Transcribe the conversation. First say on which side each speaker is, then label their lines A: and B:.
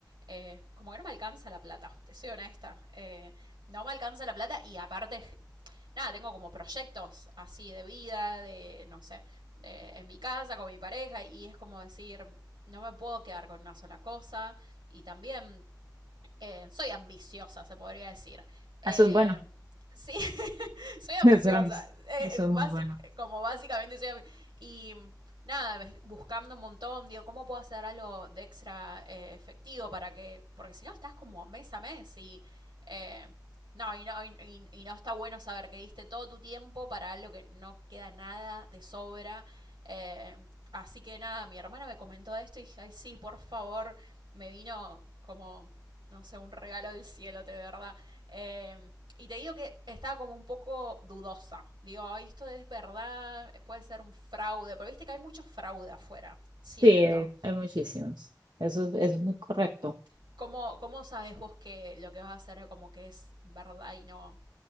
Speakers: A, on the right; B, on the right.
A: eh, como que no me alcanza la plata, te soy honesta. Eh, no me alcanza la plata y aparte, nada, tengo como proyectos así de vida, de, no sé, de- en mi casa, con mi pareja, y es como decir, no me puedo quedar con una sola cosa. Y también eh, soy ambiciosa, se podría decir. Eh,
B: Eso es bueno,
A: sí, <laughs> soy
B: <laughs>
A: ambiciosa.
B: eso era mis-
A: Eh,
B: eso
A: básic-
B: es muy bueno.
A: como básicamente soy ambi- Y nada, buscando un montón, digo, ¿cómo puedo hacer algo de extra eh, efectivo para que. Porque si no, estás como mes a mes y. eh, no, y no, y- y- y no está bueno saber que diste todo tu tiempo para algo que no queda nada de sobra. Eh, así que nada, mi hermana me comentó esto y dije, ay, sí, por favor, me vino como no sé, un regalo del cielo, de verdad. Eh, y te digo que estaba como un poco dudosa. Digo, ay, esto es verdad, puede ser un fraude, pero viste que hay mucho fraude afuera, siento.
B: Sí, hay, hay muchísimos. Eso es, eso es muy correcto.
A: ¿Cómo, cómo sabes vos que lo que vas a hacer es como que es verdad y no